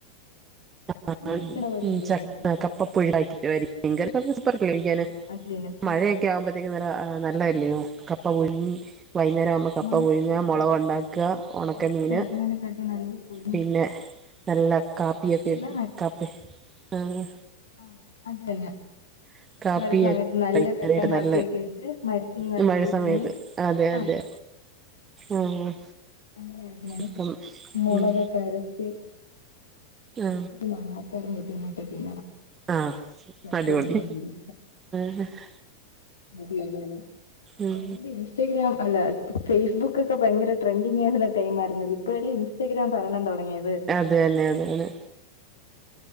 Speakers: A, on the right (about 20°); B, on the left (about 65°).
A: അ ആ
B: വെക്കണ പരിപാടിയൊന്നുല്ല
A: ഉം ചക്ക കപ് <unintelligible> മീൻകറി കൊഴച്ച് സൂപ്പർ അല്ലെ കഴിക്കാണ്
B: ആഹ് അത് തന്നെ
A: മഴയെ ക്കെവുമ്പത്തേക്കും നല്ലാ ആ നല്ലെ അല്ലിയോ കപ്പ പുഴുങ്ങി. വൈന്നേരവമ്പ കപ്പ
B: മഴ
A: പുഴുങ്ങ
B: സമയത്ത്
A: മോളാകൊണ്ടാക്ക
B: ചക്ക
A: ഒണക്കമീന്
B: ഇളക്കി കഴിക്കുന്നതിനെക്കാട്ടി നല്ലത് പുഴുങ്ങി
A: പിന്നെ നല്ല കാപ്പിയൊക്കെട്ട്
B: ചക്കയില്ല
A: കാപ്പി ആഹ്
B: ആഹ് അത് തന്നെ
A: <inaudible> കാപ്പിയാട്ട്
B: മഴ സമയത്ത് നല്ല
A: കഴി കഴിക്കാനായിട്ട്
B: കട്ടൻ കാപ്പിയൊക്കെ
A: നല്ല
B: ഇട്ട് മരച്ചീനി ന
A: ഈ മഴ
B: പുഴുങ്ങി
A: സമയത്ത് അതെ
B: ആ
A: അതെ ആഹ് ആഹ്
B: <unintelligible>
A: ഇപ്പം ഉം ആ
B: ഇച്ചിരി മാങ്ങാച്ചാറും കൂട്ടി അങ്ങോട്ട് തിന്നണം
A: ആ ആഹ്
B: സ്വർഗം
A: അടിപൊളി
B: കണ്ട ഫീല്
A: <unintelligible>
B: <unintelligible>
A: ഉം
B: ഇൻസ്റ്റാഗ്രാം അല്ല ഫേസ്ബുക് ക്കെ ഭയങ്കര ട്രെന്റിങ്ങ ഗെയിംമായിരുന്ന് ഇപ്പല്ലി ഇസ്റ്റഗ്രാം ഭരണം തൊടങ്ങിയത്
A: അതന്നെ അതന്നെ